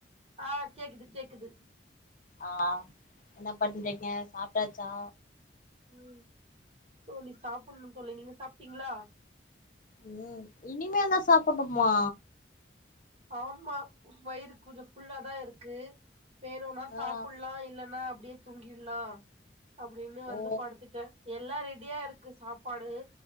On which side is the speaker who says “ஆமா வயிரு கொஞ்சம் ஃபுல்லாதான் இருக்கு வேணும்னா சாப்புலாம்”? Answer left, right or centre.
Right